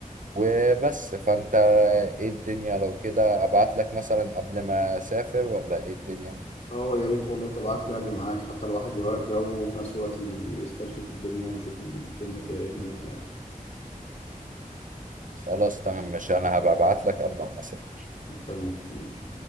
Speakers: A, on the right (about 65°); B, on the left (about 50°).
A: وبس فانت ايه الدنيا لو كده ابعت لك مثلا قبل ما اسافر ولا ايه الدنيا
B: اه يا ريت والله تبعت لي اجي معاك حتى الواحد يغير جو وفي نفس الوقت يستكشف الدنيا ويشوف الدنيا فيها ايه هناك يعني
A: خلاص تمام ماشي انا هبقى ابعت لك قبل ما اسافر
B: تمام ماشي